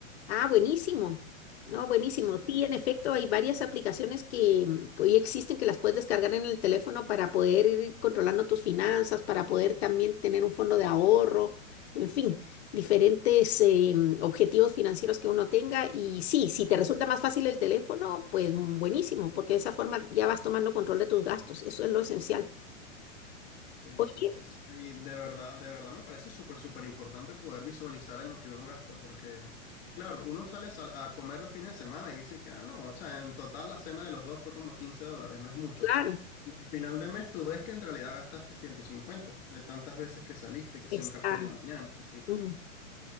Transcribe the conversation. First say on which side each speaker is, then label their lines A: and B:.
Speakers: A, on the left; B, on the left.
A: Ah, buenísimo. No, buenísimo.
B: Sí.
A: Sí, en efecto, hay varias aplicaciones que, mm, que hoy existen que las puedes descargar en el teléfono para poder ir controlando tus finanzas, para poder también tener un fondo de ahorro, en fin, diferentes eh, mm, objetivos financieros que uno tenga. Y sí, si te resulta más fácil el teléfono, pues mm, buenísimo, porque de esa forma ya vas tomando control de tus gastos. Eso es lo esencial.
B: Sí,
A: Oye,
B: sí. Es- y de verdad, de verdad me parece súper, súper importante poder visualizar en lo que uno gasta, porque, claro, uno sale a, sal- a comer los fines de semana y dice que, ah, no, o sea, en total la cena de los dos fue como 15 dólares, no es mucho.
A: claro,
B: Y al final de mes tú ves que en realidad gastaste 150 de tantas veces que saliste, que
A: está.
B: si un café en la mañana, que sí.
A: mm,